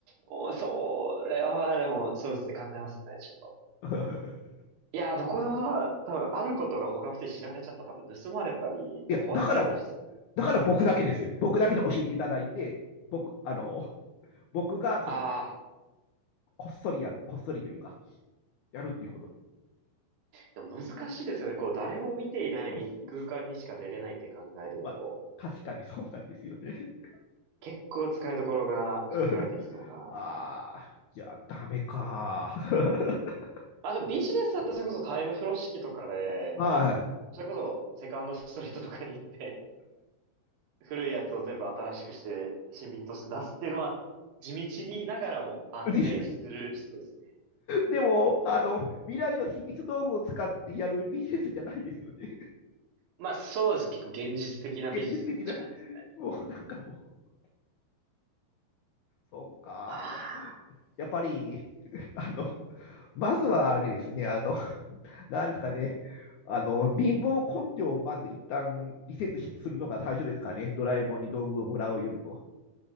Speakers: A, on the right (about 80°); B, on the left (about 80°).
A: おそれはまあでも、そうですね、考えますね、ちょっと。
B: <laughs>
A: いやー、どこでもドア、多分あることが他の人に知られちゃったら多分盗まれたり、
B: いや、
A: 壊されたりしそう。
B: だから、だから僕だけですよ。僕だけに教えていただいて、僕、あの、僕がその、
A: ああ。
B: こっそりやる、こっそりというか、やるっていうこと
A: でも難しいですよね。こう、誰も見ていない空間にしか出れないって考えると、
B: まあ、確かにそうなんですよね。
A: 結構使いどころが限られてきそうな。
B: うんああ、じゃあダメか。<laughs>
A: あと、でビジネスだったらそれこそタイムフロー式とかで、
B: は
A: まあ、それこそセカンドストリートとかに行って、古いやつを全部新しくして、新品として出すっていうのは、地道にながらも安定する、
B: い。で
A: そうですね。
B: でも、あの、未来の秘密道具を使ってやるビジネスじゃないですよね。
A: まあそうです。結構現実的なビジネスになってしまいますね。
B: 現実的な、もうなんかもう、そうか。
A: まあ、
B: やっぱり、あの、まずはあれですね、あの、なんですかね、あの、貧乏根性をまず一旦リセットしするのが最初ですかね、ドラえもんに道具をもらうよりも。